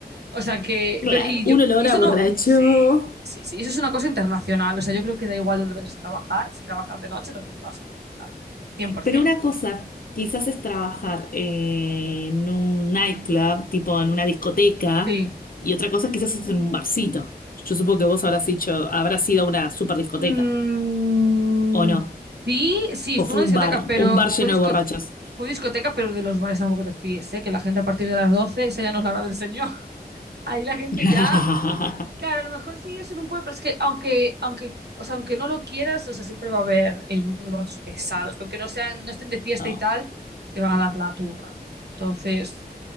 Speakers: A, on the right; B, on the left.
A: O sea, que,
B: claro,
A: pero, y yo,
B: un olor
A: y eso
B: a borracho.
A: no, sí, sí, sí, eso es una cosa internacional, o sea, yo creo que da igual dónde vayas a trabajar, si trabajas de noche es lo que te vas a encontrar, 100%.
B: Pero una cosa, quizás es trabajar eh, en un nightclub, tipo en una discoteca,
A: Sí.
B: y otra cosa quizás es en un barcito. Yo supongo que vos habrás dicho, habrás sido una super discoteca,
A: Mm,
B: o no,
A: sí, sí,
B: o
A: fue
B: fue
A: una
B: un
A: discoteca,
B: bar,
A: pero
B: o un bar lleno
A: fue, disco-
B: de borrachos.
A: fue discoteca, pero de los bares tampoco te fíes, ¿eh? Que la gente a partir de las 12, esa ya no es la hora del señor. <laughs> Ahí la gente
B: <laughs>
A: ya, claro, a lo mejor sí es en un pueblo, pero es que aunque, aunque, o sea, aunque no lo quieras, o sea, siempre va a haber el grupo de borrachos pesados, que aunque no sean, no estén de fiesta
B: Oh,
A: y tal, te van a dar la turra. Entonces,